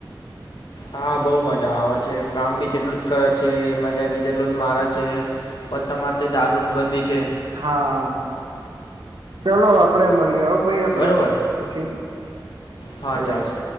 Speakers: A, on the left; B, on the right.
A: હા બઉ મજા આવે છે કામ બી તેટલું જ કરે છે મજા બ જેટલો મારા છે પણ તમારે તો દારૂ બંધી છે
B: હા ચલોો આપડે મળી આવ ભાઈ આપડે
A: બરોબર
B: પછી
A: હા
B: એ
A: ચાલશે